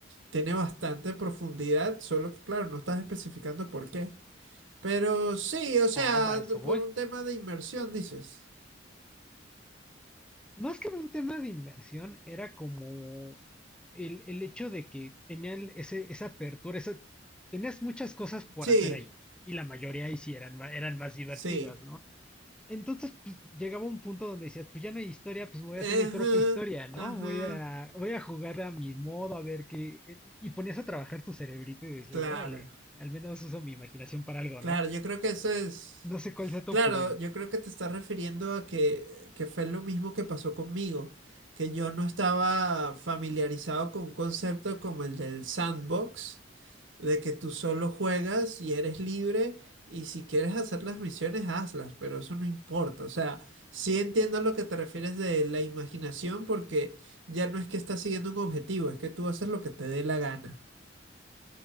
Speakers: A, on the right; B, in the centre.
A: Tiene bastante profundidad, solo que claro, no estás especificando por qué. Pero sí, o sea,
B: Ah, para eso
A: t- por
B: voy.
A: un tema de inmersión, dices.
B: Más que un tema de inmersión, era como el, el hecho de que tenían ese, esa apertura, esa- tenías muchas cosas por
A: Sí,
B: hacer ahí. Y la mayoría ahí sí eran, ma- eran más divertidas,
A: sí.
B: ¿no? Entonces, pues llegaba un punto donde decías, pues ya no hay historia, pues voy
A: Ajá,
B: a hacer mi propia historia, ¿no?
A: ajá.
B: Voy a, voy a jugar a mi modo, a ver qué. eh, Y ponías a trabajar tu cerebrito y decías,
A: Claro,
B: órale, al menos uso mi imaginación para algo,
A: claro,
B: ¿no?
A: yo creo que eso es.
B: No sé cuál sea tu
A: Claro,
B: opinión.
A: yo creo que te estás refiriendo a que, que fue lo mismo que pasó conmigo, que yo no estaba familiarizado con un concepto como el del sandbox. de que tú solo juegas y eres libre y si quieres hacer las misiones, hazlas, pero eso no importa. O sea, sí entiendo a lo que te refieres de la imaginación porque ya no es que estás siguiendo un objetivo, es que tú haces lo que te dé la gana.